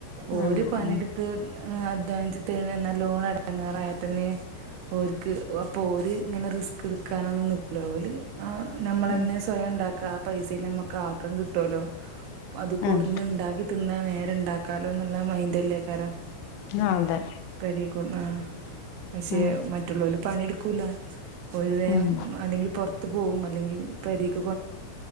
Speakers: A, on the left; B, on the right.
A: ഉം
B: ഓര് പണിട്ത്ത്
A: ഉം
B: <unintelligible> <unintelligible> നല്ലോണം എടങ്ങേറായാ തന്നെ ഓര്ക്ക് അപ്പൊര് ങ്ങനെ റിസ്ക് ട്ക്കാനൊന്നും നിക്കൂല ഓല് ആ നമ്മളെന്നെ
A: ഉം
B: സ്വയം ണ്ടാ ക്കാപൈസേല് ഞമ്മക്കാക്കം കിട്ടോലോ അത്
A: ഉം
B: കൊട്ന്ന്ണ്ടാക്കി തി ന്ന നേരെണ്ടാക്കാലോ ന്ന്ള്ള മൈൻഡല്ലേക്കാരം
A: അതെ
B: പെരേക്ക് ആ പക്ഷെ
A: ഉം
B: മറ്റ്ള്ളോല് പണിട് കുല ഓല് വേം
A: ഉം
B: അല്ലെങ്കി പൊർ ബൂം അല്ലെങ്കി പെരേക്ക്